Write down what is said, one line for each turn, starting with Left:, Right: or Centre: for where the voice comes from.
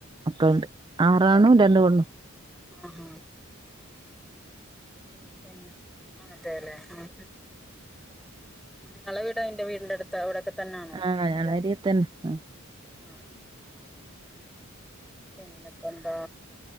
Right: മക്കളുണ്ട് ആറാണോ
Centre: ഓ ആഹ്
Right: രണ്ടണു
Centre: ആഹ് പിന്നെ അതെല്ലെ ആ നിങ്ങളെ വീട അന്റെ വീടിന്റെ അടുത്ത് അവിടൊക്കെ തന്നെയാണോ
Right: ആഹ
Centre: അടുത്തന്നെ
Right: ഞാൻ അരിയത്തന്നെ
Centre: ആഹ് പിന്നെപ്പോ എന്താ